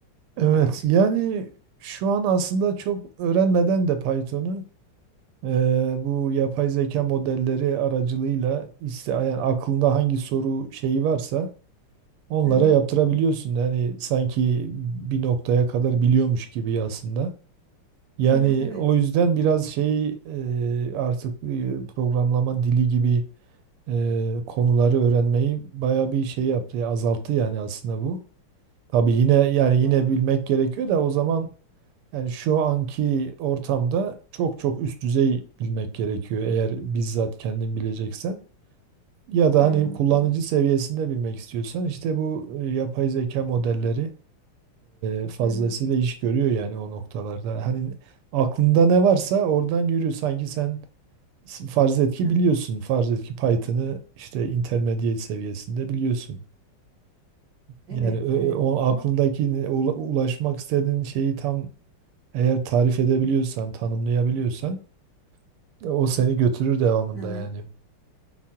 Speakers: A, on the right; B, on the right.
A: Evet, yani şu an aslında çok öğrenmeden de Python'u eee, bu yapay zeka modelleri aracılığıyla iste, yani aklında hangi soru şeyi varsa Onlara
B: Hı hı.
A: yaptırabiliyorsun. Yani sanki bir noktaya kadar biliyormuş gibi aslında. Yani
B: Hmm, evet.
A: o yüzden biraz şeyi e, artık e, programlama dili gibi e, konuları öğrenmeyi baya bir şey yaptı, azalttı yani aslında bu. Tabii yine yani yine
B: Doğru.
A: bilmek gerekiyor da o zaman yani şu anki ortamda çok çok üst düzey bilmek gerekiyor eğer bizzat kendin bileceksen. Ya da
B: Hı
A: hani
B: hı
A: kullanıcı
B: hı
A: seviyesinde bilmek istiyorsan işte bu e, yapay zeka modelleri e, fazlasıyla
B: hı hı.
A: iş görüyor yani o noktalarda. Hani aklında ne varsa oradan yürü. Sanki sen s- farz et ki
B: hı.
A: biliyorsun. Farz et ki Python'ı işte intermediate seviyesinde biliyorsun.
B: Evet,
A: Yani ö-
B: evet.
A: ö- o aklındaki
B: Ama
A: ne- ula- ulaşmak istediğin şeyi tam eğer tarif edebiliyorsan, tanımlayabiliyorsan e, o seni götürür devamında
B: hı hı.
A: yani.